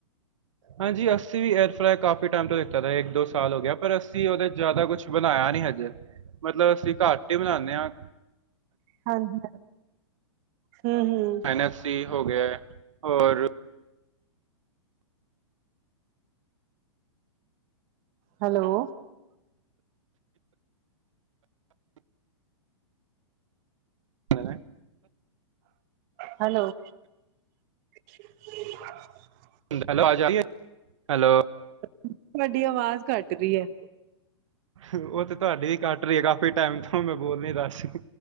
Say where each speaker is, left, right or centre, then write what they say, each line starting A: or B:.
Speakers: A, on the right; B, on the right.
A: ਹਾਂਜੀ। ਅਸੀਂ ਵੀ ਏਅਰ ਫਰਾਈ, ਕਾਫੀ ਟਾਈਮ ਤੋਂ ਲਿੱਤਾ ਤਾਂ। ਇੱਕ ਦੋ ਸਾਲ ਹੋ ਗਿਆ। ਪਰ ਅਸੀਂ ਉਹਦੇ ਚ ਜ਼ਿਆਦਾ ਕੁਛ ਬਣਾਇਆ ਨੀ ਹੱਜੇ ਤੱਕ। ਮਤਲਬ ਅਸੀਂ ਘੱਟ ਹੀ ਬਨਾਨੇ ਹਾਂ।
B: ਹਾਂਜੀ, ਹੂੰ ਹੂੰ।
A: ਐਸੀ ਹੋ ਗਿਆ ਔਰ
B: ਹੈਲੋ।
A: ਹ।
B: ਹੈਲੋ। <unintelligible>
A: ਹੈਲੋ ਆਵਾਜ਼ ਆਉਂਦੀ ਹੈ ਹੈਲੋ।
B: ਤੁਹਾਡੀ ਆਵਾਜ਼ ਕਟ ਰਹੀ ਹੈ।
A: ਉਹ ਤੇ ਤੁਹਾਡੀ ਵੀ ਕੱਟ ਰਹੀ ਹੈ, ਕਾਫੀ ਟਾਈਮ ਤੋਂ ਮੈਂ ਬੋਲ ਨ ਦੱਸ